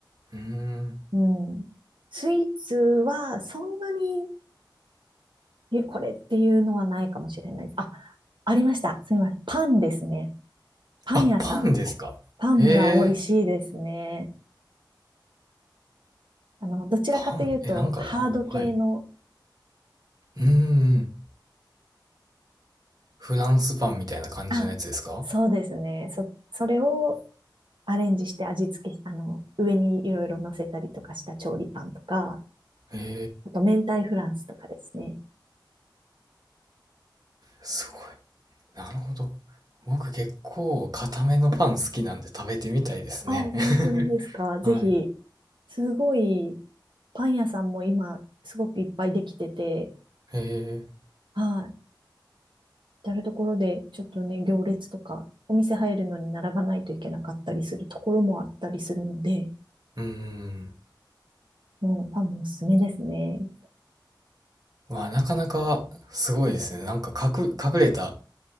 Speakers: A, on the right; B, on the right.
A: うーん。
B: うん。スイーツはそんなに、え、これっていうのはないかもしれない。あ、ありました。すみません。パンですね。パン屋さん。
A: あ、パンですか。
B: パンが美味しいですね。
A: へえ、
B: あの、どちらかというと、
A: パン。え、なんか、
B: ハード系の、
A: あ、はい。うーん。フランスパンみたいな感じのやつですか
B: あ、そうですね。そ、それをアレンジして味付け、あの、上にいろいろ乗せたりとかした調理パンとか、
A: へ
B: あと明太フランスとかですね。
A: すごい。なるほど。僕結構固めのパン好きなんで食べてみたいですね。
B: あ、本当にですか。
A: <laughs>
B: ぜひ、
A: はい。
B: すごい、パン屋さんも今、すごくいっぱいできてて、
A: へえ。
B: はい。至るところで、ちょっとね、行列とか、お店入るのに並ばないといけなかったりするところもあったりするので、
A: うーん。
B: もうパンもおすすめですね。
A: わ、なかなかすごいですね。なんか隠隠れた、